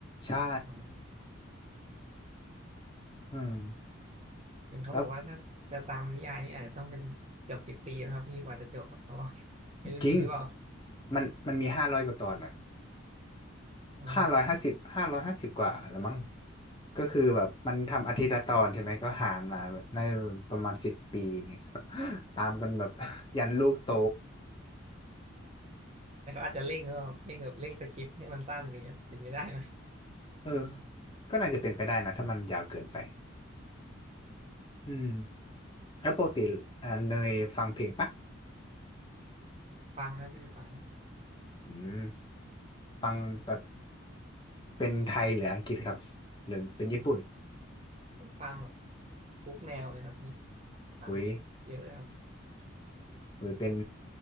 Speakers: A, on the left; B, on the right.
A: ใช่
B: อ๋อ
A: อืม
B: ถึงเขาบอกว่าถ้าจะตามนิยายนี่อาจจะต้องเป็นเกือบสิบปีนะครับพี่กว่าจะจบอะเพราะว่า
A: แล้ว
B: <laughs> ไม่รู้จริงหรือเปล่า
A: จริงมันมันมีห้าร้อยกว่าตอนอ่ะ
B: อ๋อ
A: ห้าร้อยห้าสิบห้าร้อยห้าสิบกว่าแล้วมั้งก็คือแบบมันทำอาทิตย์ละตอนใช่ไหมก็หารมาแบบในประมาณสิบปีอย่างเงี้ย <laughs> ตามกันแบบ <laughs> ยันลูกโต
B: แต่เขาอาจจะเร่งก็เร่งแบบเร่งสคริปต์ให้มันสั้นเนี่ยเป็นไม่ได้นะ
A: เออก็น่าจะเป็นไปได้นะถ้ามันยาวเกินไปอืม แล้วปกติอ่าเนยฟังเพลงปะ
B: ฟังครับพี่ฟัง
A: อืมฟังแบบเป็นไทยหรืออังกฤษครับหรือเป็นญี่ปุ่น
B: ผมฟังแบบทุกแนวเลยครับพี่ฟังแบบเยอะครับ
A: อุ้ยอุ้ยเป็น